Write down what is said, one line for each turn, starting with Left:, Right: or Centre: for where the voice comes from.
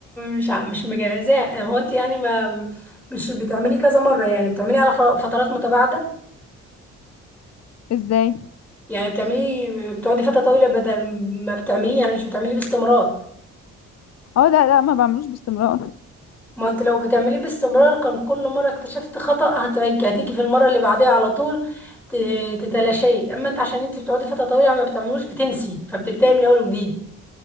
Centre: مش ع- مش مجهزاه هو انت يعني ما مش بتعملي كذا مره يعني بتعملي على ف- فترات متباعده
Left: ازاي
Centre: يعني بتعملي بتقعدي فتره طويله بدل ما بتعمليه يعني مش بتعمليه باستمرار
Left: اه لا لا ما بعملوش باستمرار
Centre: ما انت لو بتعمليه باستمرار كان كل مرة اكتشفت خطأ هتعج هتيجي في المرة اللي بعديها على طول ت- تتلاشيه اما انت عشان انت بتقعدي فترة طويلة ما بتعملوش بتنسي فبتبداي من اول وجديد